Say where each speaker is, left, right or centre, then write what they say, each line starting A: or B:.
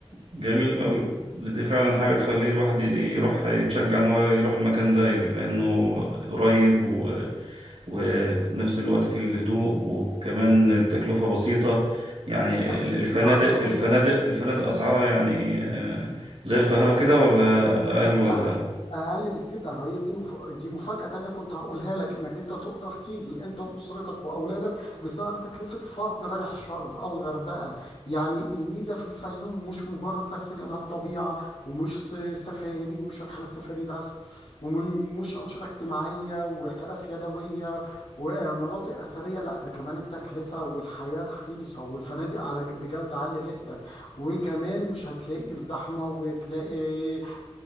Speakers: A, on the right; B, on the left.
A: جميل قوي دي فعلا حاجه تخليه الواحد ي- يروح يتشجع ان هو يروح المكان ده بما انه قريب وفي نفس الوقت في الهدوء وكمان التكلفة بسيطة يعني
B: اكيد
A: ال- الفنادق
B: ده انا عاوز
A: الفنادق
B: اقول
A: الفنادق أسعارها يعني آه، زي القاهرة كده ولا أقل
B: لا
A: ولا
B: اقل بكتير ده هي دي المف... دي مفاجاه تانية كنت هقولها لك انك انت تقدر تيجي انت واسرتك واولادك بسعر تكلفه فرد رايح شرم او الغردقه يعني الميزه في الفيوم مش مجرد بس جمال طبيعه ومش س- سفاري ومش رحلات سفاري بس ومش انشطه اجتماعيه وحرف يدويه ومناطق اثريه لا ده كمان التكلفه والحياه رخيصه والفنادق على ج- بجوده عاليه جدا وكمان مش هتلاقي الزحمه وتلاقي إيه،